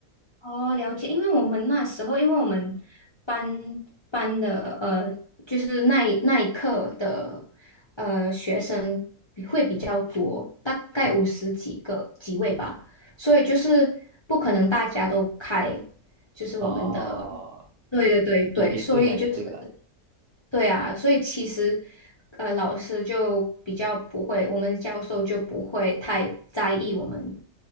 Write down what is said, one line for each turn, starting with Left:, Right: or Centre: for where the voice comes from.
Left: 哦，了解。因为我们那时候，因为我们班班的呃，就是那一那一课的呃学生比会比较多，大概五十几个几位吧，
Right: 嗯
Left: 所以就是不可能大家都开，就是我们的。
Right: 哦，
Left: 对对对对，
Right: 也也对了，
Left: 所以就是。
Right: 也对了。
Left: 对啊，所以其实，呃，老师就比较不会，我们的教授就不会太在意我们